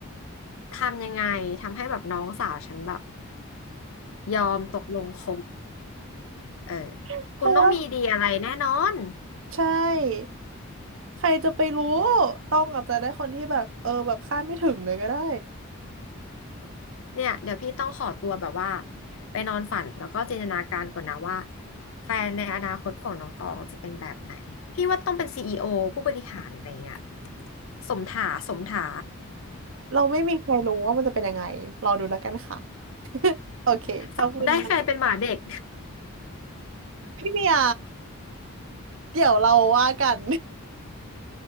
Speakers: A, on the left; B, on the right.
A: ทำยังไงทำให้แบบน้องสาวฉันแบบยอมตกลงคบ เออคุณต้องมีดีอะไรแน่นอน
B: ๆเพราะว่า ใช่ใครจะไปรู้ต้องอาจจะได้คนที่แบบเออแบบคาดไม่ถึงเลยก็ได้
A: เนี่ยเดี๋ยวพี่ต้องขอตัวแบบว่าไปนอนฝันแล้วก็จินตนาการก่อนนะว่าแฟนในอนาคตของน้องตองจะเป็นแบบไหน พี่ว่าต้องเป็นซีอีโอผู้บริหารอะไรเงี้ยสมถาสมถา
B: เราไม่มีใครรู้ว่ามันจะเป็นยังไงรอดูแล้วกันค่ะโอเคขอบคุณนะ
A: สรุปได้แฟนเป็นหมาเด็ก
B: พี่เมียเดี๋ยวเราว่ากัน